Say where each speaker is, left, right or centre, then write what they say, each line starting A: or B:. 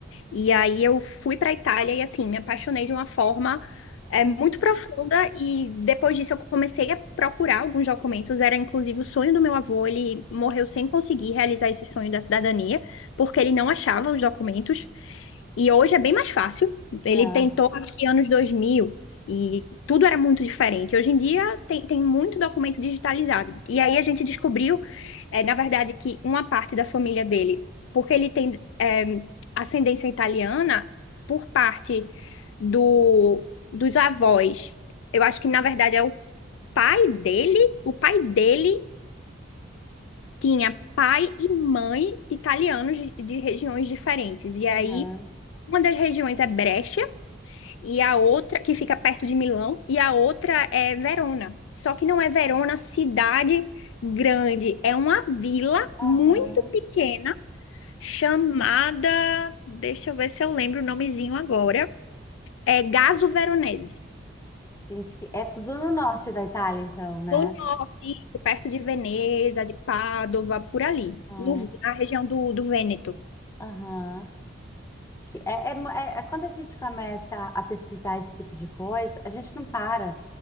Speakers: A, on the left; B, on the left.
A: e aí eu fui para a Itália e assim, me apaixonei de uma forma é,
B: Uhum.
A: muito profunda, e depois disso eu comecei a procurar alguns documentos, era inclusive o sonho do meu avô, ele morreu sem conseguir realizar esse sonho da cidadania, porque ele não achava os documentos, e hoje é bem mais fácil, ele
B: Ah,
A: tentou acho que anos 2000 e tudo era muito diferente, hoje em dia tem, tem muito documento digitalizado. E aí a gente descobriu, eh, na verdade, que uma parte da família dele, porque ele tem eh, ascendência italiana por parte do, dos avós. Eu acho que, na verdade, é o pai dele. O pai dele tinha pai e mãe italianos de, de regiões diferentes. E
B: aham,
A: aí, uma das regiões é Brecha e a outra que fica perto de Milão e a outra é Verona. Só que não é Verona cidade grande, é uma vila
B: aham.
A: muito pequena chamada, deixa eu ver se eu lembro o nomezinho agora, é Gaso Veronese.
B: Gente, que- é tudo no norte da Itália, então, né?
A: No norte, isso, perto de Veneza, de Pádua, por ali,
B: Ah,
A: no- na região do, do Vêneto.
B: Aham. Que é, é mo- é- é quando a gente começa a pesquisar esse tipo de coisa, a gente não para,